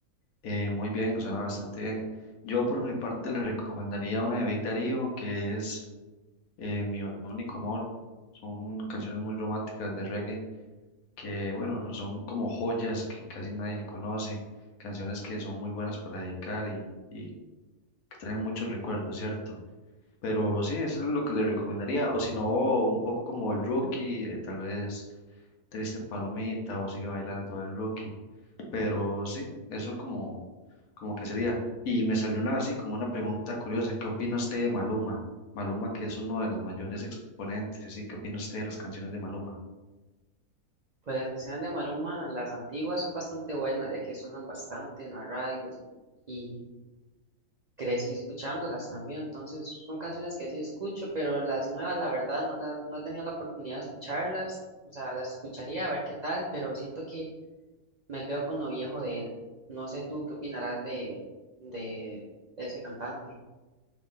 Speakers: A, on the left; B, on the right.
A: eh, muy bien, suena bastante bien. Yo por mi parte le recomendaría una de Big Darío que es... eh, Mi único amor. Son canciones muy románticas de reggae que, bueno, son como joyas que casi nadie conoce, canciones que son muy buenas para dedicar y, y que traen muchos recuerdos, ¿cierto? Pero sí, eso es lo que le recomendaría. O si no, un poco como el Rookie, eh, tal vez Triste Palomita o Sigue Bailando el Rookie. Pero sí, eso como, como que sería. Y me salió una así como una pregunta curiosa, ¿qué opina usted de Maluma? Maluma que es uno de los mayores exponentes, y así, ¿qué opina usted de las canciones de Maluma?
B: Pues las canciones de Maluma, las antiguas son bastante buenas, ya que suenan bastante en las radios y crecí escuchándolas también, entonces son canciones que sí escucho, pero las nuevas, la verdad, no las, no he tenido la oportunidad de escucharlas, o sea, las escucharía a ver qué tal, pero siento que me quedo con lo viejo de él. No sé tú qué opinarás de, de ese cantante.